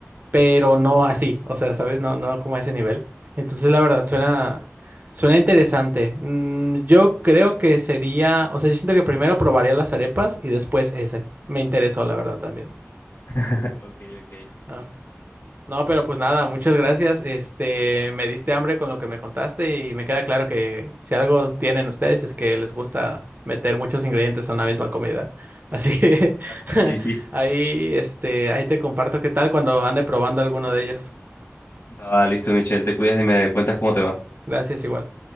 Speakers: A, on the right (about 40°); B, on the left (about 70°).
A: pero no así, o sea, ¿sabes? No, no como a ese nivel. Entonces, la verdad, suena, suena interesante. Mm, yo creo que sería, o sea, yo siento que primero probaría las arepas y después ese. Me interesó, la verdad, también.
B: <laughs> Ok, ok.
A: Ah, No, pero pues nada, muchas gracias. Este, me diste hambre con lo que me contaste y me queda claro que si algo tienen ustedes es que les gusta meter muchos ingredientes a una misma comida. Así que <laughs>
B: Sí.
A: ahí, este, ahí te comparto qué tal cuando ande probando alguno de ellos.
B: Va, listo, Michelle, te cuidas y me cuentas cómo te va.
A: Gracias igual.